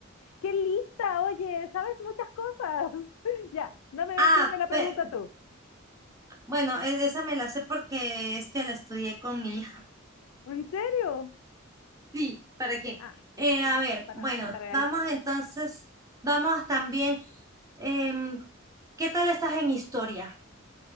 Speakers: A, on the left; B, on the right.
A: ¡Qué lista! Oye, sabes muchas cosas. <laughs> Ya, dame,
B: Ah,
A: tírame la pregunta
B: pe-
A: tú.
B: bueno, e- esa me la sé porque es que la estudié con mi
A: ¿En serio?
B: Sí, ¿para qué?
A: Ah,
B: Eh,
A: qué
B: a
A: bueno,
B: ver,
A: para
B: bueno,
A: una tarea
B: vamos
A: del cole.
B: entonces, vamos también, em, ¿qué tal estás en historia?